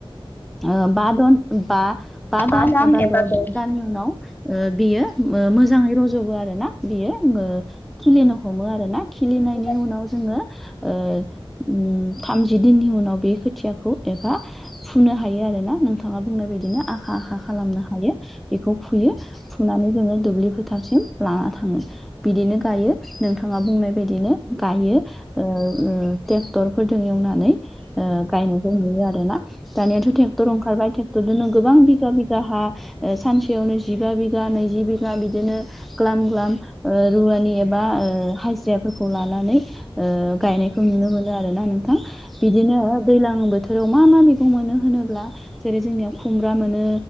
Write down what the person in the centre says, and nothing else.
ओ बा दन बा बा
दान एबा द'
दाननि उनाव ओ बियो ओ मोजाङै रज'बो आरो ना बियो आङो खिलिनो हमो आर ना खिलिनायनि
उनाव जोङो ओ उम थामजि दिननि उनाव बे खोथियाखौ एबा फुनो हायो आरो ना नोंथाङा बुंनाय बायदिनो आखा आखा खालामनो हायो बेखौ फुयो फुनानै जोङो दुब्लि फोथारसिम लाना थाङो बिदिनो गायो नोंथाङा बुंनाय बायदिनो गायो ओ ओ ट्रेक्टर फोरजों एवनानै ओ गायनायखौ नुयो आरो ना दानियाथ' ट्रेक्टर ओंखारबाय ट्रेक्टरजोंनो गोबां बिगा बिघा हा ओ सानसेयावनो जिबा बिघा नैजि बिगा बिदिनो ग्ला ग्लाम ओ रुवानि एबा हाजिराफोरखौ लानानै ओ गायनायखौ नुनो मोनो आरो ना नोंथां बिदिनो दैलां बोथोराव मा मा मोनो होनोब्ला जेरै जोंनियाव खुमब्रा मोनो